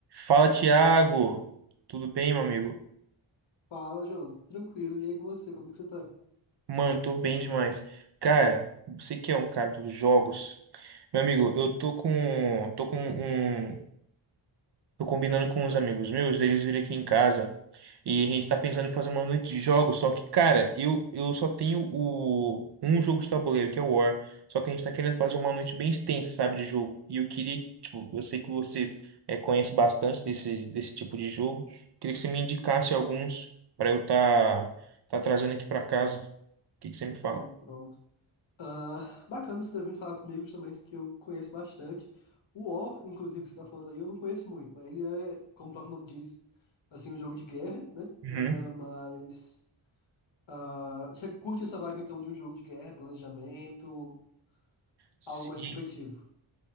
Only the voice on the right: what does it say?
Fala, Thiago! Tudo bem, meu amigo?
Mano, tô bem demais. Cara, você que é um cara dos jogos, meu amigo, eu tô com, tô com um Tô combinando com uns amigos meus, eles virem aqui em casa e a gente tá pensando em fazer uma noite de jogos, só que, cara, eu, eu só tenho o um jogo de tabuleiro, que é o War, só que a gente tá querendo fazer uma noite bem extensa, sabe, de jogo. E eu queria, tipo, eu sei que você eh, conhece bastante desse, desse tipo de jogo, queria que você me indicasse alguns pra eu tá, tá trazendo aqui pra casa. O que que você me fala?
Uhum.
Sim.